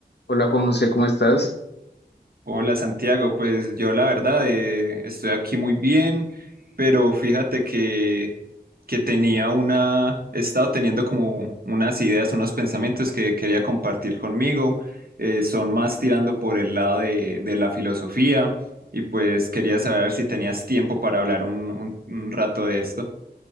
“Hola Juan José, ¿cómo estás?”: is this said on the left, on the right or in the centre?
Left